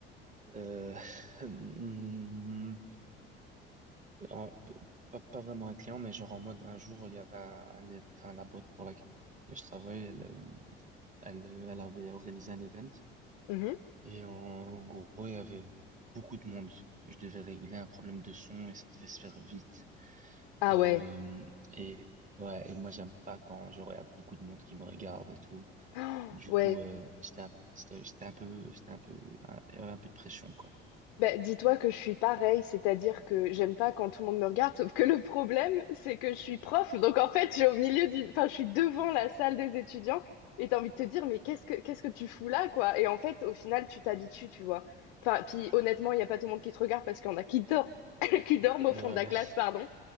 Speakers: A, on the right; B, on the left.
A: Euh, <laughs> hmm, en- pas, pas vraiment un client, mais genre en mode, un jour, il y avait un, un é- enfin, la boîte pour laquelle je travaille, elle, euh, elle, euh, elle avait organisé un event.
B: Mhm.
A: Et en gros, il y avait beaucoup de monde. Je devais régler un problème de son et ça devait se faire vite.
B: Ah
A: Euh,
B: ouais.
A: et ouais, et moi j'aime pas quand genre il y a beaucoup de monde qui me regarde et tout.
B: <gasps> Oh,
A: Du
B: ouais.
A: coup, euh, j'étais un, peu- c'était c'était un peu, c'était un peu, un, il y avait un peu de pression quoi.
B: Bah, dis-toi que je suis pareil, c'est-à-dire que j'aime pas quand tout le monde me regarde, sauf que le problème, c'est que je suis prof, donc en fait, je suis au milieu d'une, enfin, je suis devant la salle des étudiants, et t'as envie de te dire, mais qu'est-ce que qu'est-ce que tu fous là, quoi? Et en fait, au final, tu t'habitues, tu vois. Enfin, puis honnêtement, il y a pas tout le monde qui te regarde parce qu'il y en a qui dorment, <laughs> qui dorment au
A: Ouais.
B: fond de la classe, pardon.